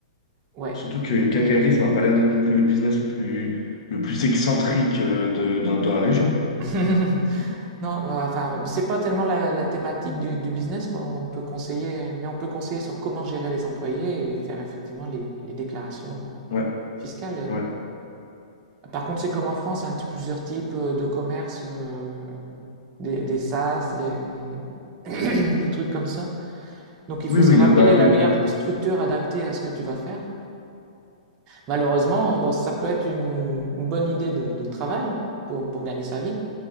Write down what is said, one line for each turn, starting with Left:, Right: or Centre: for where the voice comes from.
Right: Ouais,
Left: Surtout qu'une quincaillerie,
Right: il y en a.
Left: ça m'a pas l'air d'être non plus le business le plus, le plus excentrique euh, de, dans, dans la région.
Right: <laughs> Non, euh, enfin, c'est pas tellement la, la thématique du, du business, quoi. On peut conseiller, mais on peut conseiller sur comment gérer les employés et faire effectivement les, les déclarations euh,
Left: Ouais,
Right: fiscales. et-
Left: ouais.
Right: Par contre, c'est comme en France, hein, tu as plusieurs types euh, de commerces, euh, des, des SAS, des, <coughs> <clears throat> des trucs comme ça. Donc, il
Left: Oui,
Right: faut
Left: oui,
Right: savoir
Left: là-bas,
Right: quelle est
Left: oui,
Right: la
Left: oui.
Right: meilleure structure adaptée à ce que tu vas faire. Malheureusement, bon, ça peut être une, une bonne idée de, de travail pour, pour gagner sa vie.